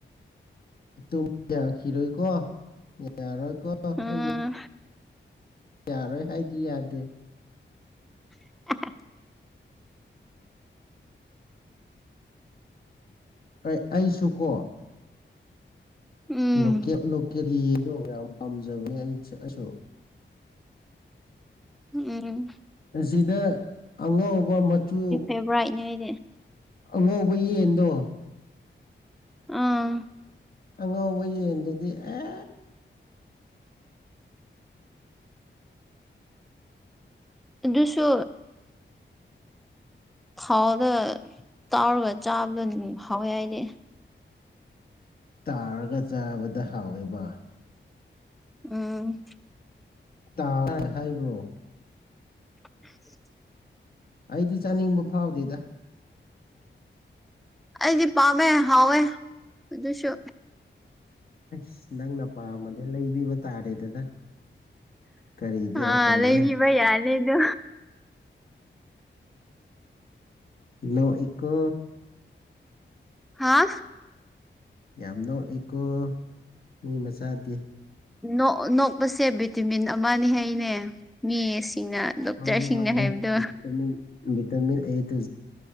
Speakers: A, on the left (about 50°); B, in the centre.
A: ꯇꯨꯝ ꯌꯥꯈꯤꯔꯣꯏꯀꯣ ꯌꯥꯔꯣꯏꯀꯣ
B: ꯎꯝ
A: ꯑꯩ ꯌꯥꯔꯣꯏ ꯍꯥꯏꯗꯤ ꯌꯥꯗꯦ
B: <unintelligible>
A: ꯑꯩ ꯑꯩꯁꯨ ꯀꯣ
B: ꯎꯝ
A: ꯂꯣꯀꯦꯠ ꯂꯣꯀꯦꯜ ꯌꯦꯟꯗꯣ ꯌꯥꯝ ꯄꯥꯝꯖꯕꯅꯦ ꯑꯩ ꯑꯩꯁꯨ
B: ꯎꯝ
A: ꯑꯁꯤꯗ ꯑꯉꯧꯕ ꯃꯆꯨ
B: ꯐ‌ꯦꯕ꯭ꯔꯥꯠꯏꯅꯦ ꯑꯩꯗꯤ
A: ꯑꯉꯧꯕ ꯌꯦꯟꯗꯣ
B: ꯑꯥ
A: ꯑꯉꯧꯕ ꯌꯦꯟꯗꯨꯗꯤ ꯑꯦ
B: ꯑꯗꯨꯁꯨ ꯊꯥꯎꯗ ꯇꯥꯎꯔꯒ ꯆꯥꯕꯗꯣ ꯍꯥꯎꯋꯦ ꯑꯩꯗꯤ
A: ꯇꯥꯎꯔꯒ ꯆꯥꯕꯗꯣ ꯍꯥꯎꯋꯦꯕ
B: ꯎꯝ
A: ꯇꯥꯎꯔꯒ ꯍꯥꯏꯕꯨ
B: <unintelligible>
A: ꯑꯩꯗꯤ ꯆꯥꯅꯤꯡꯕ ꯐꯥꯎꯗꯦꯗ
B: ꯑꯩꯗꯤ ꯄꯥꯝꯃꯦ ꯍꯥꯎꯋꯦ ꯑꯗꯨꯁꯨ
A: ꯑꯁ ꯅꯪꯅ ꯄꯥꯝꯃꯗꯤ ꯂꯩꯕꯤꯕ ꯇꯥꯔꯦꯗꯅ ꯀꯔꯤꯗꯤ
B: ꯑ
A: ꯎꯄꯥꯏ
B: ꯂꯩꯕꯤꯕ
A: ꯂꯩ
B: ꯌꯥꯅꯤꯗꯨ
A: ꯅ‌ꯣꯛꯏꯀꯣ
B: ꯍꯥ
A: ꯌꯥꯝ ꯅꯣꯛꯏꯀꯣ ꯃꯤ ꯃꯆꯥꯗꯤ
B: ꯅ‌ꯣꯛ ꯅꯣꯛꯄꯁꯦ ꯚꯤꯇꯤꯃꯤꯟ ꯑꯃꯅꯤ ꯍꯥꯏꯅꯦ ꯃꯤ ꯃꯤꯁꯤꯡꯅ ꯗꯣꯛꯇꯔꯁꯤꯡꯅ
A: ꯃꯥꯅꯦ ꯃꯥꯅꯦ
B: ꯍꯥꯏꯕꯗꯣ
A: vitamin vitamin A to